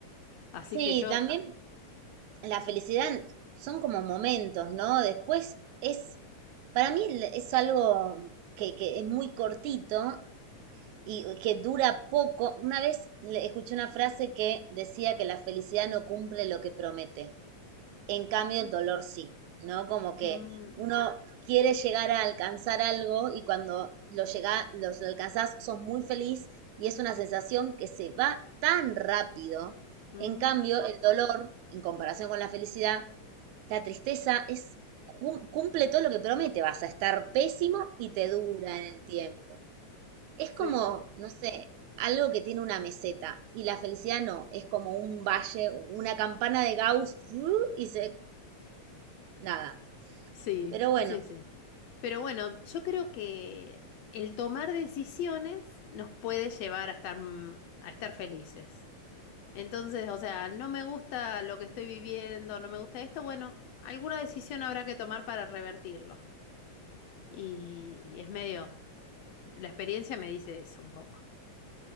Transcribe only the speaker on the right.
Sí,
también la
felicidad son como momentos, ¿no? Después es, para mí l- es algo que, que es muy cortito y que dura poco. Una vez le- escuché una frase que decía que la felicidad no cumple lo que promete. En cambio, el dolor sí, ¿no? Como que
uno quiere llegar a alcanzar algo y cuando lo llega, los alcanzás, sos muy feliz y es una sensación que se va tan rápido.
En cambio, el dolor, en comparación con la felicidad, la tristeza es cum- cumple todo lo que promete, vas a estar pésimo y te dura en el tiempo. Es
como, no sé, algo que tiene una meseta y la felicidad no, es como un valle, una campana de Gauss ¡ru! y se Nada.
Pero bueno,
sí,